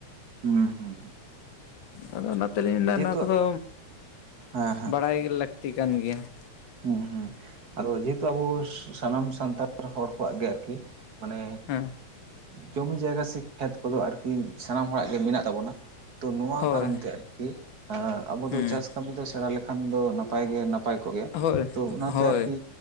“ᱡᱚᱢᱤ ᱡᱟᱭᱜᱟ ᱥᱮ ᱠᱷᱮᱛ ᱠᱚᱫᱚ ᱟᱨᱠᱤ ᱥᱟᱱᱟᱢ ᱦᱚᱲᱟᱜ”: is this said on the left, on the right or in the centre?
Right